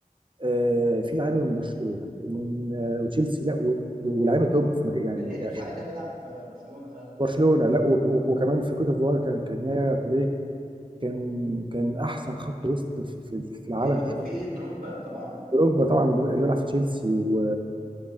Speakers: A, on the right; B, on the right.
A: آه... فيه لعيبه من برشلونه ومن آه... وتشيلسي لا و... ولاعيبه توب في مجال يعني
B: كان ايتو
A: يعني
B: ساعتها
A: يعني
B: بيلعب في برشلونة فعلا
A: برشلونه لا و... و... وكمان في كوت ديفوار كان كان يايا توريه كان كان احسن خط وسط في, في في العالم
B: يا-
A: تقريبا
B: وفي دروجبا طبعا
A: دروجبا طبعا اللي بيلعب في تشيلسي و-